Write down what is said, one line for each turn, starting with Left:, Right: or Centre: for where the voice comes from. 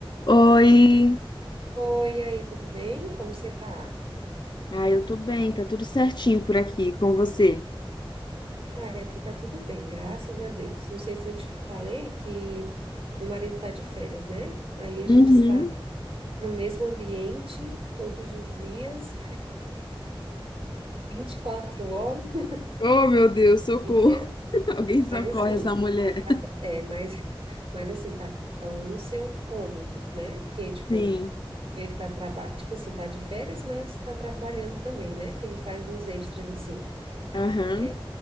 Left: Oi!
Right: Oi, e aí, tudo bem? Como você tá?
Left: Ah, eu tô bem, tá tudo certinho por aqui com você.
Right: Ah, aqui tá tudo bem, graças a Deus. Não sei se eu te falei que meu marido tá de férias, né? Aí a gente
Left: Uhum.
Right: está no mesmo ambiente todos os dias, 24 horas por
Left: Oh, meu Deus, socorro!
Right: dia,
Left: <laughs> Alguém socorre
Right: mas assim,
Left: essa mulher.
Right: a cada, é, mas, <laughs> mas assim, tá cada um no seu cômodo, né? Porque, tipo,
Left: Sim,
Right: ele tá trabalhando, tipo assim, tá de férias, mas tá trabalhando também, né? Que ele faz uns extras assim.
Left: aham,
Right: É,